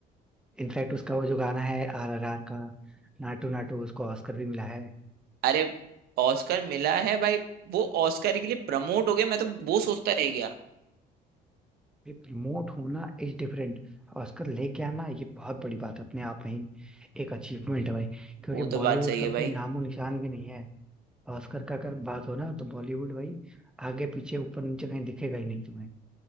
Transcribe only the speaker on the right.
अरे ऑस्कर मिला है भाई वो ऑस्कर के लिए प्रमोट हो गया मैं तो वो सोचता रह गया
वो तो
बात सही
है
भाई